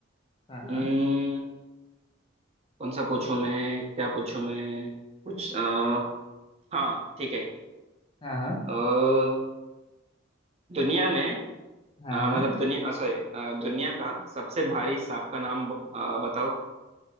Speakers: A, on the left (about 25°); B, on the right (about 30°).
A: हाँ
B: हम्म,
A: हाँ
B: कौन सा पूछूं मैं क्या पूछूं मैं कुछ आ, हाँ ठीक है
A: हाँ हाँ
B: अ, दुनिया में
A: हाँ
B: आ,
A: हाँ
B: मतलब दुनिया सॉरी दुनिया का सबसे भारी सांप का नाम ब- आ, बताओ